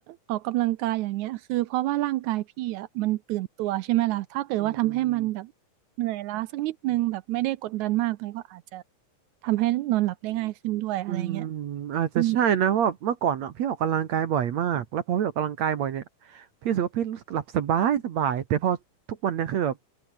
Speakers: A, on the right; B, on the right.
A: ออกกำลังกายอย่างเงี้ยคือเพราะว่าร่างกายพี่อ่ะมันตื่นตัวใช่ไหมล่ะถ้าเกิดว่าทำให้มันแบบ
B: อืม
A: เหนื่อยล้าสักนิดนึงแบบไม่ได้กดดันมากมันก็อาจจะทำให้นอนหลับได้ง่ายขึ้นด้วยอะไรเงี้ย
B: อืมอาจจะใช่นะเพราะว่าเมื่อก่อนอ่ะพี่ออกกำลังกายบ่อยมากแล้วพอพี่ออกกำลังกายบ่อยเนี่ย
A: อืม
B: พี่รู้สึกว่าพี่รู้สึกหลับสบายสบายแต่พอทุกวันเนี่ยคือแบบ